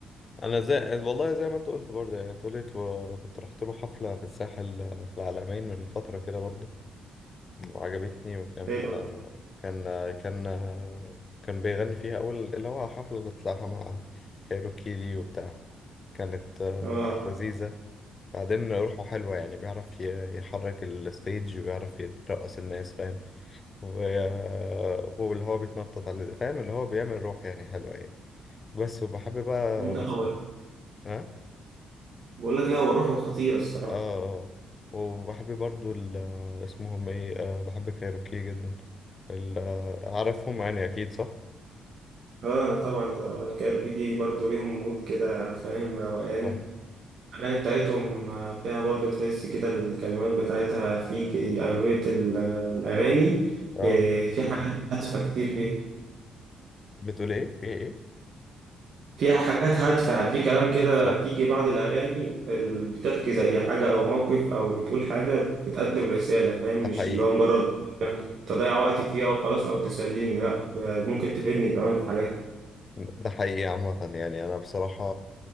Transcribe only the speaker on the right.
حلو
اه
من
الأول
بقول لك لا هو روحه خطيرة الصراحة
اه طبعا ده كايروكي دي برضه ليهم مود كده فاهم روقان
الأغاني بتاعتهم آه، فيها برضه تحس كده الكلمات بتاعتها في ك- أغلبية ال- الأغاني
آه، في حاجات هادفة كتير فيه
فيها حاجات هادفة يعني في كلام كده
في ك- بعض الأغاني اللي بتحكي زي حاجة أو موقف أو بتقول حاجة بتقدم رسالة فاهم
مش
اللي هو مجرد تضيع وقتي فيها وخلاص أو تسليني لأ ب- ممكن تفيدني كمان في حاجات